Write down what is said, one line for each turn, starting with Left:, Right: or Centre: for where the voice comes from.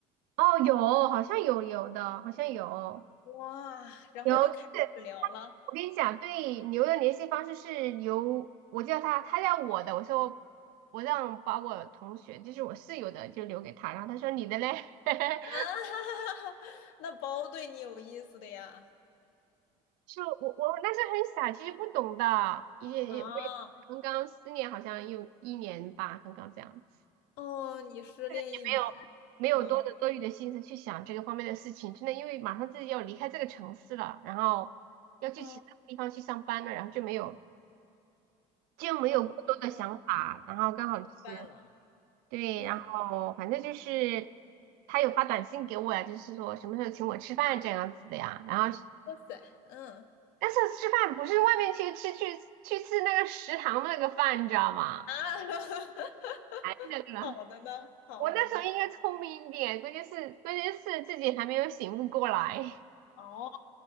Right: 哦，有，好像有有的，好像有
Left: 哇，然后就开始聊了
Right: 有。就是我跟你讲，对牛的联系方式是由我叫他，他叫我的。我说我让把我同学，就是我室友的，就留给他。然后他说你的嘞，<laughs>
Left: 啊，<laughs> 哈哈哈那包对你有意思的呀？
Right: 是我我那时候很傻，其实不懂的，也也我也刚刚失恋，
Left: 啊，
Right: 好像有一年吧，刚刚这样子，
Left: 哦，你失恋一年，
Right: 没有没有多的多余的心思去想这个方面的事情，
Left: 嗯，
Right: 真的因为马上自己要离开这个城市了，然后要去其他地方去上班了，
Left: 哦
Right: 然后就没有。就没有过多的想法，
Left: 哦哦，
Right: 然后刚好就是
Left: 明白了，
Right: 对，
Left: 嗯，
Right: 然后反正就是他有发短信给我呀，就是说什么时候请我吃饭这样子的呀，然后
Left: 哇塞，嗯
Right: 但是吃饭不是外面去吃去去吃那个食堂的那个饭，你知道吗？
Left: 啊，<laughs>
Right: 太那个了，
Left: 好的呢，好的呢。
Right: 我那时候应该聪明一点，关键是关键是自己还没有醒悟过来，
Left: 哦，